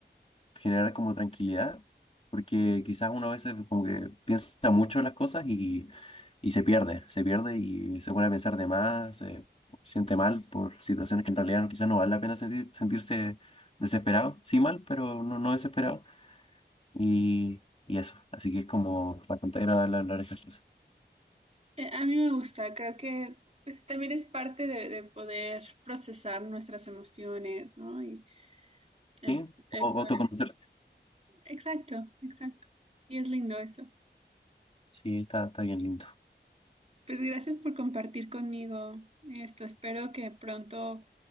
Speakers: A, on the left (about 30°); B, on the right (about 35°).
A: generar como tranquilidad, porque quizás uno a veces como que piensa mucho en las cosas y, y se pierde, se pierde y se pone a pensar de más, se siente mal por situaciones que en realidad no- quizás no vale la pena sentir- sentirse desesperado, sí mal, pero no, no desesperado, y, y eso, así que es como bastante agradable hablar estas cosas.
B: Eh, A mí me gusta, creo que pues también es parte de, de poder procesar nuestras emociones, ¿no? Y el,
A: Sí,
B: el
A: o
B: poder-
A: autoconocerse.
B: Exacto, exacto. Y es lindo eso.
A: Sí, está, está bien lindo.
B: Pues gracias por compartir conmigo esto. Espero que pronto